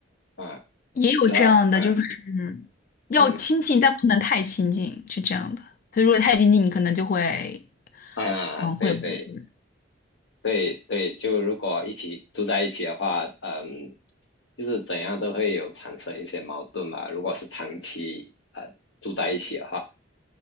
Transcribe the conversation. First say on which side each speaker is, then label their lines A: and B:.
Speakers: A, on the left; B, on the left.
A: 啊，
B: 也有这样的，
A: 只要嗯
B: 就是要亲近，
A: 嗯
B: 但不能太亲近，是这样的。所以如果太亲近，你可能就会，
A: 啊对对
B: 嗯，会有矛盾。
A: 对对，就如果一起住在一起的话，嗯。就是怎样都会有产生一些矛盾嘛。如果是长期呃住在一起的话，